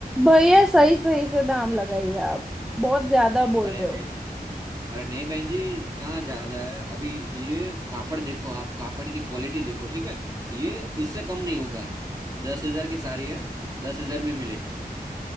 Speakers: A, in the centre; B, on the right.
A: भैया सही सही से दाम लगाइए आप बहुत ज्यादा बोल
B: अरे
A: रहे
B: बहन
A: हो
B: अरे नहीं बहन जी कहाँ ज्यादा है अभी ये कापड़ देखो आप कापड़ की क्वालिटी देखो ठीक है ये इससे कम नहीं होगा दस हजार की साड़ी है दस हजार में मिलेगी